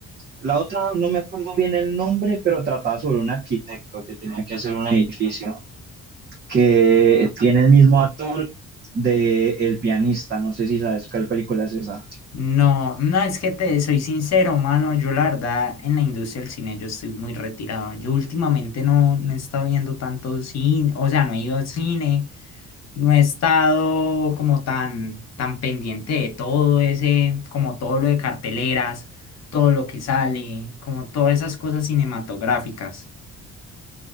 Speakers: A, on the right (about 35°); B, on the left (about 60°).
A: La otra, no me acuerdo bien el nombre, pero trataba sobre un arquitecto que tenía que hacer un edificio que tiene el mismo actor de El pianista. No sé si sabes cuál película es esa.
B: No, no, es que te soy sincero, mano. Yo la verdad, en la industria del cine yo estoy muy retirado. Yo últimamente no, no he estado viendo tanto cine, o sea, no he ido al cine, no he estado como tan, tan pendiente de todo ese, como todo lo de carteleras, todo lo que sale, como todas esas cosas cinematográficas.